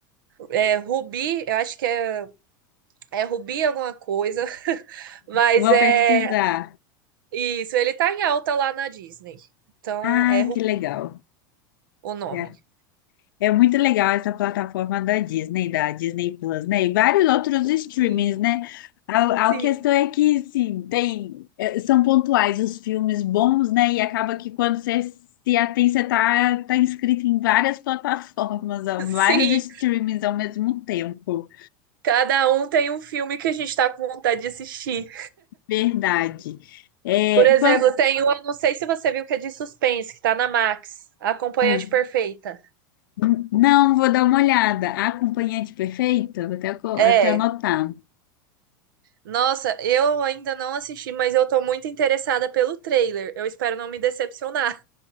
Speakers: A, on the right; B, on the left.
A: é Rubi, eu acho que é, é Rubi alguma coisa, <laughs> mas
B: Vou
A: é
B: pesquisar.
A: isso, ele tá em alta lá na Disney. Então,
B: Ai,
A: é Rubi
B: que legal.
A: o nome.
B: É é muito legal essa plataforma da Disney, da Disney Plus, né? E vários outros streamings,
A: Sim,
B: né? A,
A: sim.
B: a questão é que, sim, tem, eh, são pontuais os filmes bons, né? E acaba que quando você se atém, você tá, tá inscrito em várias <laughs> plataformas, ó,
A: Sim,
B: vários streamings ao mesmo tempo.
A: cada um tem um filme que a gente tá com vontade de assistir.
B: Verdade. É,
A: Por exemplo,
B: quan-
A: tem uma, não sei se você viu que é de suspense, que tá na Max, A Acompanhante
B: ah,
A: Perfeita.
B: n- não, vou dar uma olhada. A acompanhante perfeita, vou até, co-
A: É.
B: até anotar.
A: Nossa, eu ainda não assisti, mas eu tô muito interessada pelo trailer. Eu espero não me decepcionar.